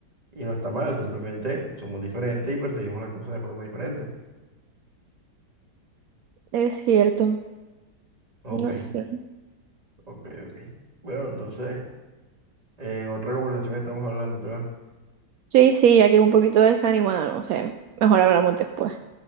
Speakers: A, on the right; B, on the right.
A: Y no está mal, simplemente somos diferentes y percibimos las cosas de forma diferente.
B: Es cierto,
A: Ok,
B: no sé.
A: ok, ok. Bueno, entonces, en otra conversación estamos hablando, ¿te va?
B: Sí, sí, ya que un poquito desanimada, no sé, mejor hablamos después.